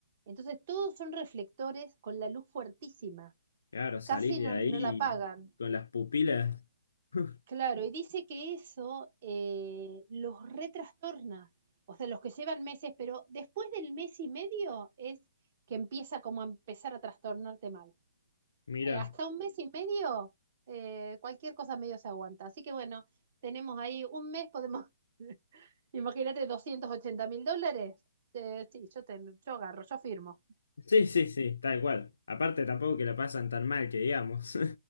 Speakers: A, on the right; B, on the left.
A: entonces todos son reflectores con la luz fuertísima,
B: Claro, salís
A: casi
B: de
A: no,
B: ahí
A: no la apagan.
B: con las pupilas. <laughs>
A: Claro, y dice que eso eh, los retrastorna, o sea, los que llevan meses, pero después del mes y medio es que empieza como a empezar a trastornarte mal.
B: Mira.
A: Eh, hasta un mes y medio, eh, cualquier cosa medio se aguanta. Así que bueno, tenemos ahí un mes, podemos, <laughs> imagínate, doscientos ochenta mil dólares. Eh, sí, yo, te, yo agarro, yo firmo.
B: Sí, sí, sí, tal cual. Aparte tampoco que la pasan tan mal que digamos.